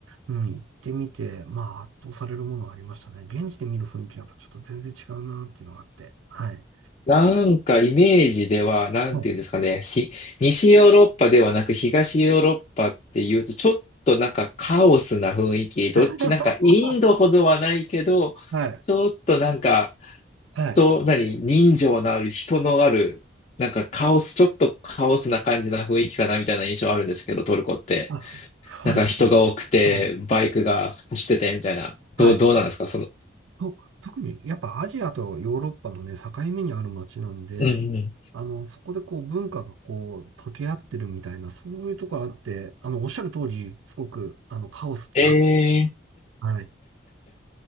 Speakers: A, on the right; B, on the left.
A: うん、行ってみて、まあ、圧倒されるものはありましたね。現地で見る雰囲気はやっぱちょっと全然違うなっていうのがあって。はい。
B: なんかイメージでは、なんていうんですかね、
A: はい。
B: ひ、西ヨーロッパではなく東ヨーロッパっていうと、ちょっとなんかカオスな雰囲気、どっち、
A: <laughs>
B: なんかインドほどはないけど、
A: はい。
B: ちょっとなんか、人、
A: はい。
B: 何、人情のある、人のある、なんかカオス、ちょっとカオスな感じな雰囲気かなみたいな印象あるんですけど、トルコって。
A: あ、そうですね。
B: なんか人が多くて、
A: うん
B: バイクが走っててみたいな。どう、
A: はい。
B: どうなんですか、その。
A: と、特にやっぱアジアとヨーロッパのね、境目にある街なんで、
B: うんうん。
A: あの、そこでこう文化がこう溶け合ってるみたいな、そういうところあって、あの、おっしゃる通り、すごく、あの、カオスってある。
B: え
A: はい。